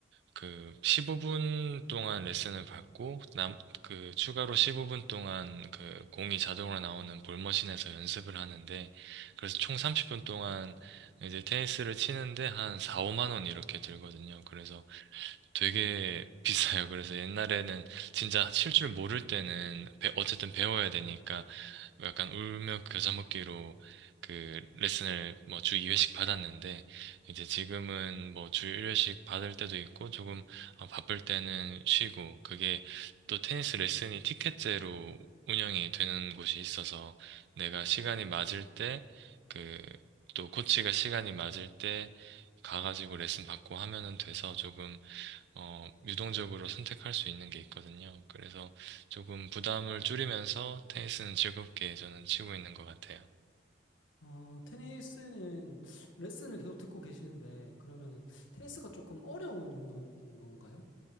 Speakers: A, on the right; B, on the left.
A: 그 15분 동안 레슨을 받고 남 그 추가로 15분 동안 그 공이 자동으로 나오는 볼머신에서 연습을 하는데 그래서 총 30분 동안 이제 테니스를 치는데 한 4, 5만 원 이렇게 들거든요. 그래서 되게 비싸요. 그래서 옛날에는 진짜 칠 줄 모를 때는 배- 어쨌든 배워야 되니까 약간 울며 그 겨자 먹기로 그 레슨을 뭐 주 2회씩 받았는데 이제 지금은 뭐 주 1회씩 받을 때도 있고 조금 아, 바쁠 때는 쉬고 그게 또 테니스 레슨이 티켓제로 운영이 되는 곳이 있어서 내가 시간이 맞을 때 그 또 코치가 시간이 맞을 때 가가지고 레슨 받고 하면은 돼서 조금 어, 유동적으로 선택할 수 있는 게 있거든요. 그래서 조금 부담을 줄이면서 테니스는 즐겁게 저는 치고 있는 것 같아요.
B: 어, 테니스는 레슨을 계속 듣고 계시는데, 그러면은 테니스가 조금 어려운 운동인 건가요?